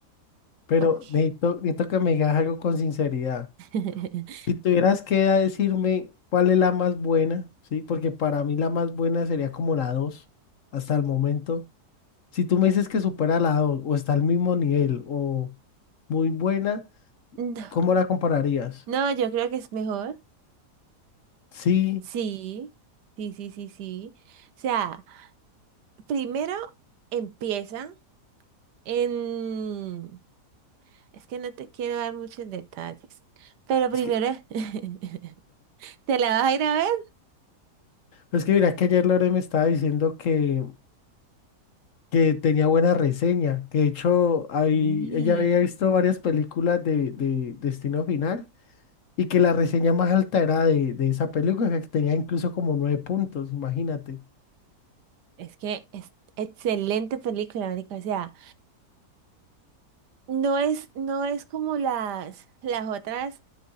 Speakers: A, on the left; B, on the right.
A: Pero
B: Ok.
A: necesito, necesito que me digas algo con sinceridad.
B: <laughs>
A: Si tuvieras que decirme cuál es la más buena, ¿sí? Porque para mí la más buena sería como la 2 hasta el momento. Si tú me dices que supera la 2 o está al mismo nivel o muy buena,
B: No,
A: ¿cómo la compararías?
B: no, yo creo que es mejor.
A: Sí,
B: Sí, sí, sí, sí, sí. O sea, primero empieza en... Es que no te quiero dar muchos detalles. Pero primero,
A: es que,
B: <laughs> ¿te la vas a ir a ver?
A: es que mira que ayer Lore me estaba diciendo que, que tenía buena reseña, que de hecho ahí
B: Sí.
A: ella había visto varias películas de, de Destino Final y que la reseña más alta era de, de esa película, que tenía incluso como nueve puntos, imagínate.
B: Es que es excelente película, marica. O sea, no es, no es como las, las otras